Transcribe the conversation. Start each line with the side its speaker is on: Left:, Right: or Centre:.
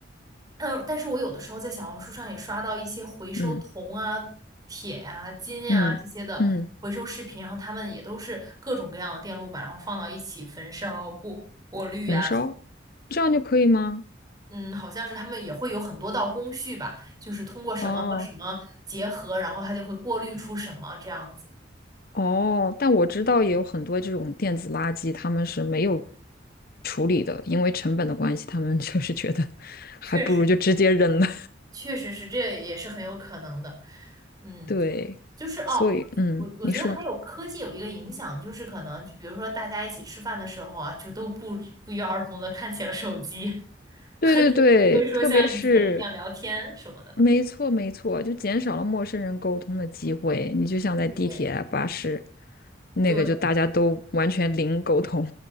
Right: 嗯，但是我有的时候在小红书上也刷到一些回收铜啊、
Left: 嗯
Right: 铁呀、金呀、
Left: 嗯嗯，
Right: 这些的回收视频，然后他们也都是各种各样的电路板，然后放到一起焚烧、过过滤呀，
Left: 焚烧，这样就可以吗？
Right: 嗯，好像是他们也会有很多道工序吧，就是通过什么和什么结合，
Left: 哦
Right: 然后它就会过滤出什么这样子。
Left: 哦，但我知道也有很多这种电子垃圾，他们是没有处理的，因为成本的关系，他们 <laughs> 就是觉得还不如就直接扔了。
Right: 确实确实是，这也是很有可能的。嗯，
Left: 对，
Right: 就是哦，
Left: 所以嗯，
Right: 我我觉得还有科技有一个影响，
Left: 你说
Right: 就是可能比如说大家一起吃饭的时候啊，就都不不约而同的看起了手机，
Left: 对对对，
Right: <laughs> 就不会说像以前一样聊天什么的。
Left: 特别是没错没错，就减少了陌生人沟通的机会。你就像在地铁啊巴士，
Right: 对
Left: 那个就大家都完全零沟通。
Right: 对